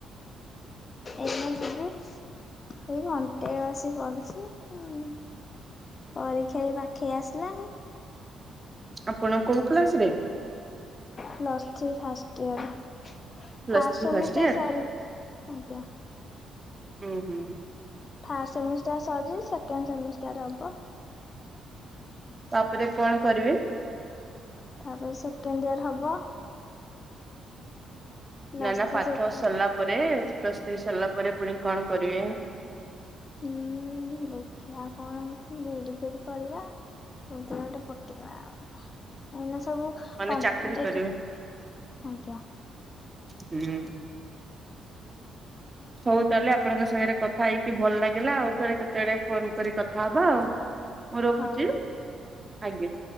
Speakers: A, on the left (about 35°); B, on the right (about 25°).
A: ଏଇନା ଯିବି। ଏଇ ଘଣ୍ଟେ ବସିକି ପଡ଼ୁଚି ଆଉ। ପରୀକ୍ଷା ବି ପାଖେଇ ଆସିଲାନି।
B: ଆପଣ କୋଉ କ୍ଲାସ୍ ରେ?
A: Plus three first year
B: plus
A: first
B: three
A: semester ଟା
B: ଇୟର?
A: ସରିଛି ଆଜ୍ଞା।
B: ହୁଁ ହୁଁ
A: ଫାଷ୍ଟ ସେମିଷ୍ଟାର ସରିଚି ସେକେଣ୍ଡ ସେମିଷ୍ଟାର ହବ।
B: ତାପରେ କଣ କରିବେ?
A: ତାପରେ ସେକେଣ୍ଡ ଇୟର ହବ। ପ୍ଲସ୍
B: ନା ନା
A: ଥ୍ରୀ
B: ପାଠ
A: ସେକେ
B: ସରିଲା ପରେ ପ୍ଲସ ଥ୍ରି ସରିଲା ପରେ ପୁଣି କଣ କରିବେ?
A: ଉଁ ଦେଖିବା କଣ ବିଇଡି ଫିଇଡି କରିବା। କୋଉଥିରେ ଗୋଟେ ପକେଇବା ଆଉ। ଏଇନା ସବୁ
B: ମାନେ
A: କମ୍ପିଡେଟିଭ
B: ଚାକିରି କରିବେ।
A: ଅଜ୍ଞା।
B: ହୁଁ ହଉ ତାଲେ ଆପଣଙ୍କ ସାଙ୍ଗରେ କଥା ହେଇକି ଭଲ ଲାଗିଲା। ଆଉ ଥରେ କେତେବେଳେ ଫୋନ କରି କଥା ହବା ଆଉ। ମୁଁ ରଖୁଛି
A: ହଉ
B: ଆଜ୍ଞା।